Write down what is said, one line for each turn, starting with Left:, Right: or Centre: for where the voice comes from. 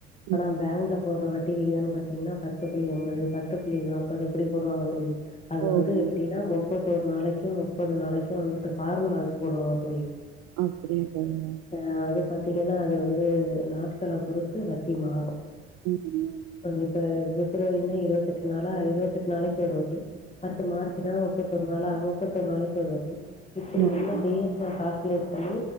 Left: ஆனா
Right: ம்
Left: பேங்க்ல போடுற வட்டிவிகிதம்னு பாத்தீங்ன்னா பத்து புள்ளி அம்பது பத்து புள்ளி நாப்பது இப்டி போடுவாங்க தோழி அது
Right: ஓஹோ
Left: வந்து எப்டின்னா முப்பத்தோர் நாளைக்கும் முப்பது நாளைக்கும் வந்து இந்த ஃபார்முலா வச்சு போடுவாங்க தோழி
Right: அப்டியே கேளுங்க
Left: அ அது பாத்தீங்கன்னா அது வந்து நாட்கள பொறுத்து வட்டி மாறு
Right: <unintelligible>
Left: அ இப்ப பிப்ரவரினா இருவத்தெட்டு நாளா இருவத்தெட்டு நாளைக்கு ஒரு வட்டி அடுத்து மார்ச்னா முப்பத் தோர் நாளா முப்பத்தோர் நாளைக்கு ஒரு வட்டி இப்டி
Right: ம்
Left: வந்து டேட்ஸ கால்குலேட் பண்ணி